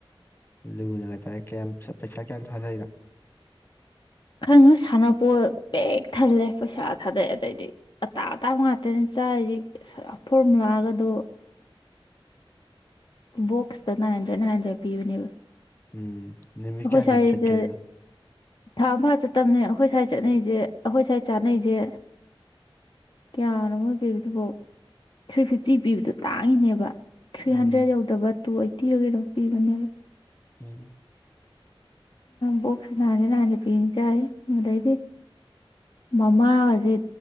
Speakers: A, on the left (about 25°); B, on the left (about 55°).
A: ꯂꯨꯅꯒ ꯇꯧꯔꯦ ꯀꯌꯥꯝ ꯄꯩꯁꯥ ꯀꯌꯥꯝ ꯊꯥꯗꯩꯅꯣ
B: ꯈꯪꯗꯦ ꯁꯥꯟꯅꯄꯣ ꯄꯤꯛ ꯊꯜꯂꯦ ꯄꯩꯁꯥ ꯊꯥꯗꯩꯑꯦ ꯑꯗꯩꯗꯤ ꯑꯇꯥꯡ ꯑꯇꯥꯡꯕ ꯉꯥꯛꯇꯅ ꯆꯥꯏꯔꯤꯁꯤ ꯐꯣꯔꯃꯨꯂꯥꯒꯗꯣ ꯕꯣꯛꯁꯇ ꯅꯥꯏꯟ ꯍꯟꯗ꯭ꯔꯦꯗ ꯅꯥꯏꯟ ꯍꯟꯗ꯭ꯔꯦꯗ ꯄꯤꯕꯅꯦꯕ
A: ꯎꯝ ꯅꯨꯃꯤꯠ
B: ꯑꯣ
A: ꯀꯌꯥꯅꯤꯕꯨ
B: ꯁꯥꯏꯗ
A: ꯆꯠꯀꯦ ꯑꯗꯨꯒ
B: ꯊꯥꯡ ꯑꯝ ꯐꯥꯅ ꯆꯠ ꯇꯝꯅꯦ ꯑꯩꯈꯣꯏ ꯁ꯭ꯋꯥꯏꯠ ꯆꯠꯅꯩꯁꯦ ꯑꯩꯈꯣꯏ ꯁ꯭ꯋꯥꯏꯠ ꯆꯥꯅꯩꯁꯦ ꯀꯌꯥꯅꯣꯃꯣ ꯄꯤꯕꯗꯨꯐꯥꯎ ꯊ꯭ꯔꯤ ꯐꯤꯐꯇꯤ ꯄꯤꯕꯗꯣ ꯇꯥꯡꯉꯤꯅꯦꯕ ꯊ꯭ꯔꯤ
A: ꯎꯝ
B: ꯍꯟꯗ꯭ꯔꯦꯗ ꯌꯧꯗꯕ ꯇꯨ ꯑꯩꯠꯇꯤꯔ ꯀꯩꯅꯣ ꯐ ꯅꯤꯕ
A: ꯎꯝ
B: box nine hundred nine hundred ꯄꯤꯕꯅꯤ ꯆꯥꯏꯁꯦ ꯑꯗꯨꯗꯩꯗꯤ ꯃꯃꯥꯒꯁꯦ